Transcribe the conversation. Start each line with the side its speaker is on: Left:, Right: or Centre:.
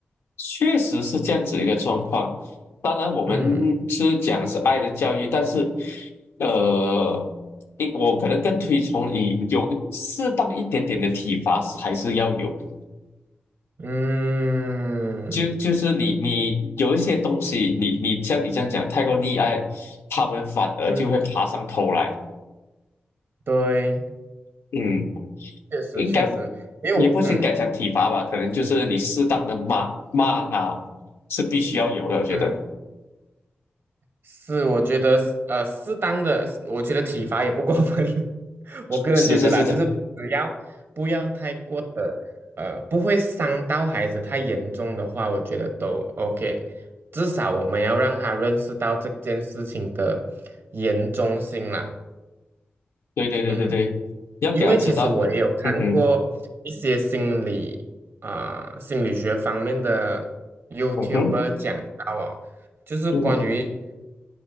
Left: 确实是这样子一个状况。当然，我们是讲是爱的教育，
Right: 嗯
Left: 但是，呃，因我可能更推崇你有适当一点点的体罚是还是要有的
Right: 嗯
Left: 就就是你你有一些东西，你你像你这样讲太过溺爱，他们反而就会爬上头来。
Right: 嗯，对，
Left: 嗯，
Right: 确实确实，
Left: 应该
Right: 因为我嗯。
Left: 也不是应该讲体罚吧，可能就是你适当的骂骂他是必须要有的，我觉得
Right: 嗯。是，我觉得呃，适当的，我觉得体罚也不过分。<laughs> 我个人觉得啦，
Left: 是是是是，
Right: 就是只要不要太过的，呃，不会伤到孩子太严重的话，我觉得都 OK。至少我们要让他认识到这件事情的严重性啦。
Left: 对对对对对，
Right: 嗯，
Left: 要给他知道，
Right: 因为其实我也有看过一些心理啊、
Left: 哼，
Right: 心理学方面的 YouTuber
Left: 嗯哼，
Right: 讲到啊，就是关于。
Left: 嗯哼，嗯哼，